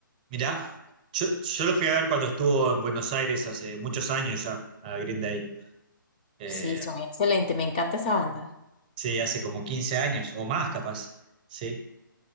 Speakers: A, on the right; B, on the left.
A: Mirá, yo, yo lo fui a ver cuando estuvo en Buenos Aires hace muchos años ya, a Green Day. Eh,
B: Sí, son excelentes, me encanta esa banda.
A: Sí, hace como 15 años o más, capaz. Sí,